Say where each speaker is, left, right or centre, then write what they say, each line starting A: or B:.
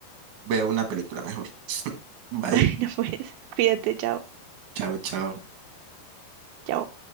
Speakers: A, on the right (about 60°); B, on the right (about 85°).
A: Veo una película mejor. Bye.
B: Bueno, pues cuídate, chao,
A: Chao, chao.
B: chao.